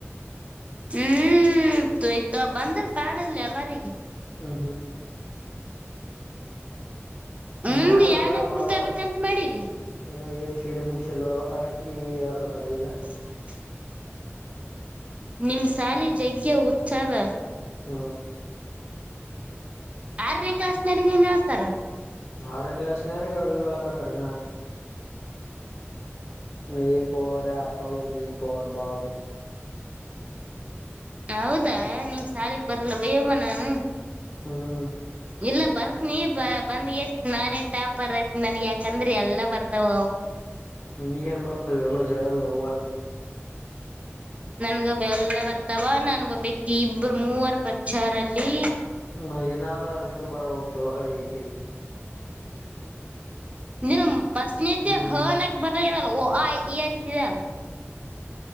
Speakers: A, on the right; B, on the left.
A: ಹ್ಮ್ ಇತ ಬಂದ್ರ ಪಾಡಲ್ಲಿ ಎಲ್ಲಾರಗ
B: ಹ್ಮ ಹಾ
A: ಮುಂದ್
B: ನಾ
A: ಯಾನಕ್
B: ಹೇಳ ಒಬ್ಬ ಬಾಳಾವ
A: ಕುರ್ತಾಬೇಕಂತ ಮಾಡಿರಿ
B: ಇ ಎ ಶಿಡಿ ಮುಗಿಸ ಎಲ್ಲ ಹೇಳಕತ್ತಾರೆ ಈಗ
A: ಹ ನಿಮ್ ಸಾಲಿ ಜಗ್ಗೆ ಉತ್ಸದ
B: ಹ್ಮ
A: ಆರನೇ ಕ್ಲಾಸ್ನರೆಗ ಏನ್ ಹೇಳ್ತಾರ
B: ಆರನೇ ಕ್ಲಾಸ ಅವರಿಗೆ ಹೇಳ ಕತ್ತಿ ನ A for apple B for ball
A: ಹೌದಾ ನಿಮ್ ಶಾಲೆಗೆ ಬರಲ್ಲ ಬಯ್ಯೋಬ ನಾನು
B: ಹ್ಮ
A: ಇಲ್ಲ ಬರ್ತ್ನಿ ಬ ಬಂದ್ಗೆ ಎಷ್ಟ ನಾನೇ ಟಾಪರ್ಐತನಿ ನನ್ ಯಾಕಂದ್ರಿ ಎಲ್ಲಾ ಬರ್ತಾವ
B: ನೀಗೇನ್ ಬರ್ತವ ಎಲ್ಲಾ ಜಡ್ವ
A: ನನ್ಗ ಎಲ್ಲ ಬರ್ತಾವ ನನ್ಗಬ್ ಬಿ ಇಬ್ರು ಮೂವರ್ ಪರಿಚಾರಲ್ಲಿ
B: ಹ ಏನಾದ್ರೂ ಅದ ಇದು ಬರ ಹೊಲ್ತು ಅ ಆ ಇ ಈ
A: ನೀನು ಪಸ್ನ ಇದ್ದೆ
B: ಹ್ಮ್
A: ಅ ಹೋನ್ಕ ಬರಲ್ಲ ಆ ಇ ಅಂತಿರಲ್ಲ